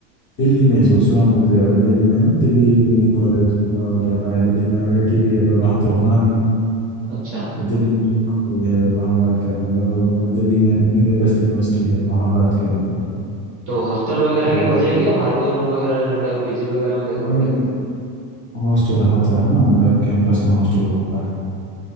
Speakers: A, on the left; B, on the right.
A: दिल्ली में ही सोच रहा हूँ मैं तो यार दिल्ली में ना दिल्ली इंजीनियरिंग कॉलेज और आया दिल्ली में आईआईटी भी है पर वहाँ तो होना नहीं है
B: अच्छा
A: और दिल्ली इंजीनियरिंग कॉलेज है वहाँ बात करेंगे और, और दिल्ली में इंद्रप्रस्थ यूनिवर्सिटी है वहाँ बात करेंगे
B: तो हॉस्टल वगैरह
A: तो
B: की हो जाएगी या बाहर कोई रूम वगैरह लेना पड़ेगा पीजी वगैरह में देखना
A: नहीं,
B: पड़ेगा
A: हॉस्टल होता है ना अंदर कैंपस में हॉस्टल होता है